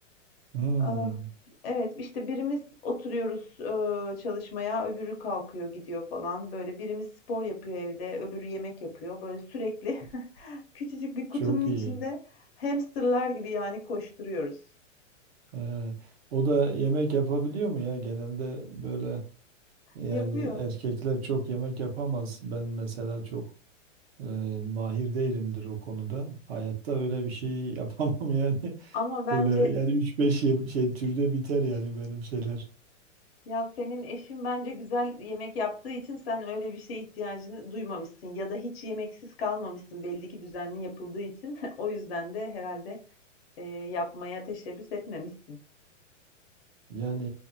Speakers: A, on the right; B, on the left.
A: Hmm,
B: Ah, Evet işte birimiz oturuyoruz eee, çalışmaya öbürü kalkıyor gidiyor falan böyle birimiz spor yapıyor evde öbürü yemek yapıyor böyle sürekli <laughs> küçücük bir kutunun
A: çok
B: içinde
A: iyi.
B: hamsterlar gibi yani koşturuyoruz.
A: Ee, o da yemek yapabiliyor mu ya? Genelde böyle yani
B: Yapıyor
A: erkekler çok yemek yapamaz. Ben mesela çok e, mahir değilimdir o konuda. Hayatta öyle bir şey yapamam <laughs> yani.
B: ama bence
A: Böyle yani üç beş ye- şey türde biter yani benim şeyler.
B: ya senin eşin bence güzel yemek yaptığı için sen öyle bir şeye ihtiyacını duymamışsın ya da hiç yemeksiz kalmamışsın belli ki düzenli yapıldığı için <laughs> o yüzden de herhalde eee, yapmaya teşebbüs etmemişsin
A: Yani